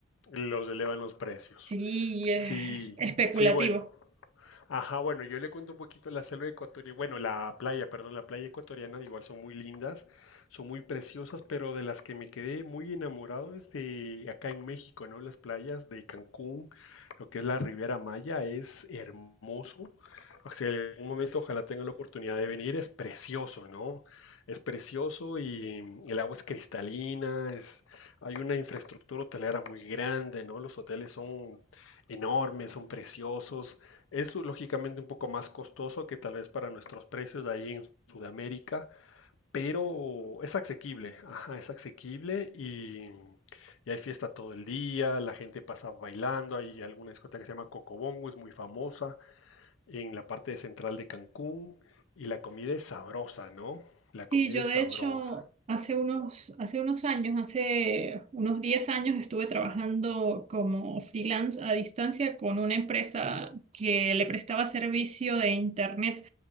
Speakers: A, on the left; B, on the right.
A: Los elevan los precios.
B: sí
A: Sí,
B: es especulativo.
A: sí, bueno. Ajá, bueno, yo le cuento un poquito la selva ecuatoriana, bueno, la playa, perdón, la playa ecuatoriana igual son muy lindas, son muy preciosas, pero de las que me quedé muy enamorado es de acá en México, ¿no? Las playas de Cancún, lo que es la Riviera Maya, es hermoso. O sea, en algún momento ojalá tenga la oportunidad de venir, es precioso, ¿no? Es precioso y el agua es cristalina, es, hay una infraestructura hotelera muy grande, ¿no? Los hoteles son enormes, son preciosos. Es lógicamente un poco más costoso que tal vez para nuestros precios de ahí en Sudamérica, pero es asequible, ajá, es asequible y, y hay fiesta todo el día, la gente pasa bailando, hay alguna discoteca que se llama Cocobongo, es muy famosa en la parte central de Cancún y la comida es sabrosa, ¿no?
B: Sí,
A: La comida
B: yo
A: es
B: de
A: sabrosa.
B: hecho hace unos, hace unos años, hace unos 10 años estuve trabajando como freelance a distancia con una empresa que le prestaba servicio de internet